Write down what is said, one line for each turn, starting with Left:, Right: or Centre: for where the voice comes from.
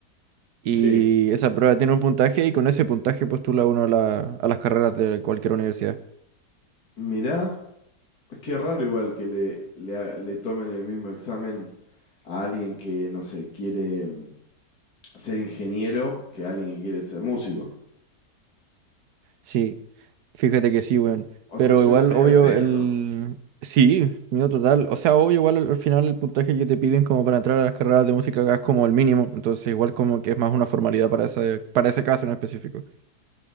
Left: Sí.
Right: Y esa prueba tiene un puntaje y con ese puntaje postula uno a, la- a las carreras de cualquier universidad.
Left: Mirá, qué raro igual que le, le, ha- le tomen el mismo examen a alguien que, no sé, quiere mm, ser ingeniero que a alguien que quiere ser músico.
Right: Sí, fíjate que sí, weón.
Left: O
Right: Pero
Left: sea, suena
Right: igual,
Left: medio
Right: obvio,
Left: al pedo,
Right: el...
Left: ¿no?
Right: Sí, miedo total. O sea, obvio, igual al, al final el puntaje que te piden como para entrar a las carreras de música acá es como el mínimo. Entonces igual como que es más una formalidad para ese, para ese caso en específico.